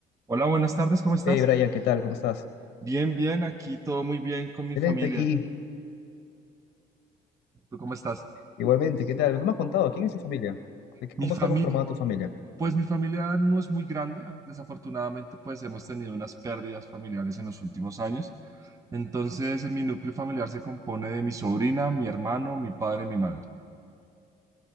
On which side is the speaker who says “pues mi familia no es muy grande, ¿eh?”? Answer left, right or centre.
Right